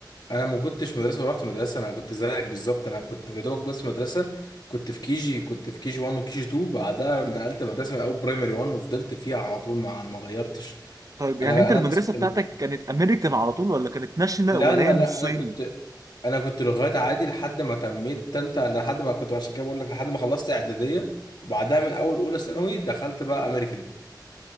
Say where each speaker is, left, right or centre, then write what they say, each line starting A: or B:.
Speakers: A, on the left (about 70°); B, on the right (about 50°).
A: انا ما كنتش مدرسه ورحت مدرسه انا كنت زيك بالظبط انا كنت في دوبك بس مدرسه كنت في كيجي كنت في كيجي 1 وكيجي 2 بعدها نقلت مدرسه من اول برايمري 1 وفضلت فيها على طول ما ما غيرتش
B: طيب يعني
A: انا
B: انت
A: انا
B: المدرسة
A: بس كنت
B: بتاعتك كانت امريكان على طول ولا كانت ناشونال
A: لا
B: ولا
A: لا
B: هي نصين؟
A: لا انا كنت انا كنت لغات عادي لحد ما تميت تالتة لحد ما كنت عشان كده بقول لك لحد ما خلصت اعدادية وبعدها من اول اولى ثانوي دخلت بقى امريكان